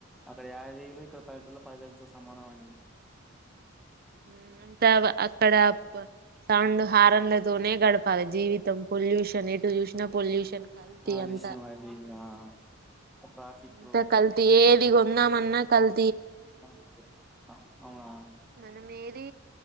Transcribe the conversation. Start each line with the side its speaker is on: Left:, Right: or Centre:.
Centre: అక్కడ యాభై వేలు ఇక్కడ పలిటూళ్లో పదివేలతో సమానం అండి.
Right: ఊ హు తగా అక్కడ సౌండ్ హార్న్లతోనే గడపాలి జీవితం పొల్యూషన్ ఎటు చూసినా పొల్యూషన్ కల్తీ
Centre: కాలుష్యం
Right: అంత
Centre: అది ఇది ఆ ట్రాఫిక్
Right: అంత కల్తి ఏది కూడా ఉన్నా మన్నా కల్
Centre: కల్తీ ఆ ఆ
Right: మనం ఏది